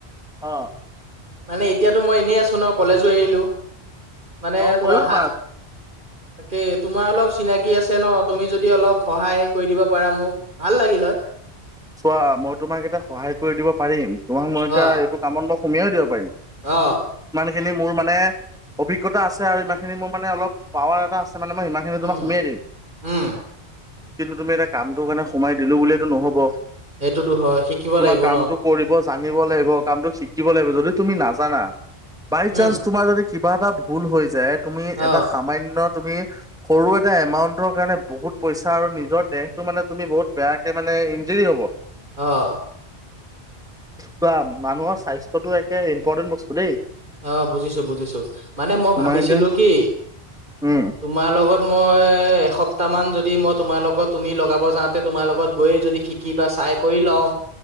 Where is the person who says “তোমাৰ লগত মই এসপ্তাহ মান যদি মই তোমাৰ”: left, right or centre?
Right